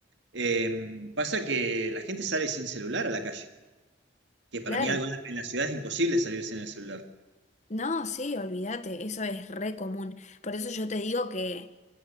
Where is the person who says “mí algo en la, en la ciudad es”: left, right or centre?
Right